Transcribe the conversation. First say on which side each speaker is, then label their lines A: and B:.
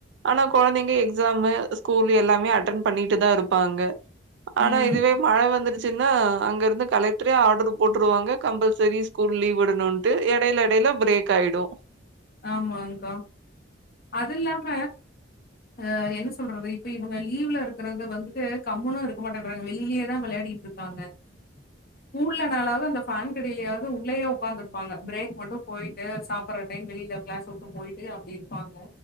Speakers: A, on the right (about 65°); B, on the left (about 50°).
A: ஆனா கொழந்தைங்க எக்ஸாமு ஸ்கூல் எல்லாமே அட்டன் பண்ணிட்டு தா ட்ருப்பாங்க ஆனா
B: ம்.
A: இதுவே மழ வந்துருச்சுன்னா அங்கருந்து கலெக்ட்ரே ஆட்ரு போட்ருவாங்க கம்பல்சரி ஸ்கூல் லீவ் விடணுன்ட்டு எடைல எடைல பிரேக் ஆய்டு
B: ஆமாங்க்கா அது இல்லாம அ என்ன சொல்றது இப்ப இவுங்க லீவ்ல இருக்றது வந்துட்டு கம்முனு இருக்க மாட்டேன்றாங்க வெளிலியே தா வெளையாடி இருக்காங்க ஸ்கூல்லனாலாவ்து அந்த ஃபேன்க்கடிலியாவ்து உள்ளயே உக்காந்ருப்பாங்க பிரேக் மட்டு போய்ட்டு சாப்பட்ற டைம்க் வெளி இந்த க்ளாஸ் உட்டு போய்ட்டு அப்டி இருப்பாங்க